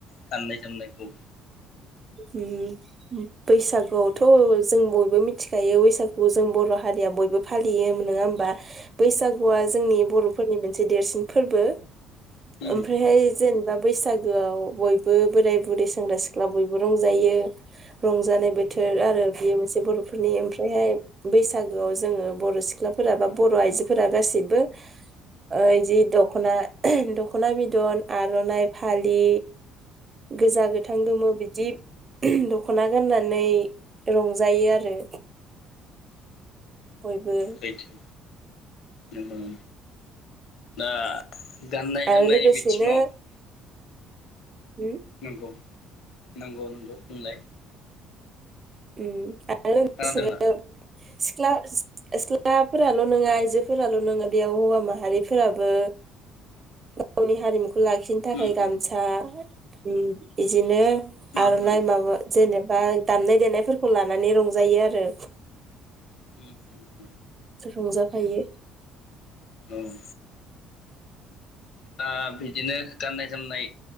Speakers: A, on the left (about 60°); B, on the right (about 35°).
A: गाननाय जोमनायखौ
B: उम बैसागुआवथ' जों बयबो मिथिखायो बैसागुखौ जों बर' हारिया बयबो फालियो नङा होमबा? बैसागुआ जोंनि बर' फोरनि मोनसे देरसिन फोरबो
A: नंगौ
B: ओमफ्राहाय जेनेबा बैसागोआव बयबो बोराय बुरै सेंग्रा सिख्ला बय बो रंजायो रंजानाय बोथोर आरो बेयो मोनसे बर'फोरनि ओमफ्रायहाय बैसागोआव जोङो बर' सिख्लाफोरा बा बर' आइजोफोरा गासिबो ओइ जि दख'ना दख'ना बिदन आर'नाइ फालि गोजा, गोथां, गोमो बिदि दख'ना गाननानै रंजायो आरो। बयबो।
A: सैथो नंगौ दा गाननाय
B: आरो
A: जोमनायनि
B: लोगोसेनो
A: बिथिङाव
B: उम
A: नंगौ। नंगौ नंगौ बुंलाय
B: उम आ रो
A: खोनादोंना
B: <unintelligible> सिख्ला सिख्लाफोराल' नङा आइजोफोराल' नङा बेयाव हौवा माहारिफोराबो गावनि हारिमुखौ <unintelligible> लाखिनो थाखाय
A: उम
B: गामसा ओम इदिनो।
A: उम उम
B: आर'नाय माबा जेनेब बा दामनाय देनाय फोरखौ लानानै रंजायो आरो।
A: उम होम
B: रंजाफायो <inaudible>
A: ओम दा बिदिनो गाननाय जोमनाय